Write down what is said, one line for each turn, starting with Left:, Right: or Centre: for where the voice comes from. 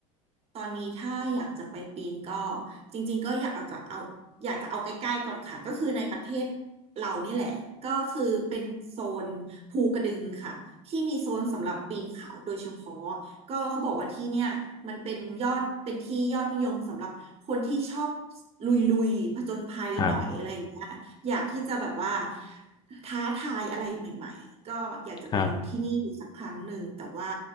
Right: ตอนนี้ถ้าอยากจะไปปีนก็จริงๆก็อยากเอาจากเอาอยากจะเอาใกล้ๆก่อนค่ะก็คือในประเทศเรานี่แหละก็คือเป็นโซนภูกระดึงค่ะที่มีโซนสำหรับปีนเขาโดยเฉพาะ ก็เขาบอกว่าที่เนี่ยมันเป็นยอดเป็นที่ยอดนิยมสำหรับคนที่ชอบลุยลุยผจญภัยหน่อยอะไรอย่างเงี้ยอยากที่จะแบบว่า
Left: ครับ
Right: ท้าทายอะไรใหม่ๆก็อยากจะไปลองที่นี่ดูสักครั้งหนึ่งแต่ว่า
Left: ครับ